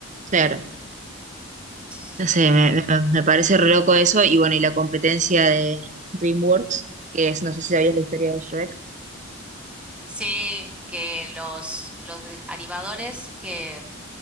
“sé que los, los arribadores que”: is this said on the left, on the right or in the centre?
Centre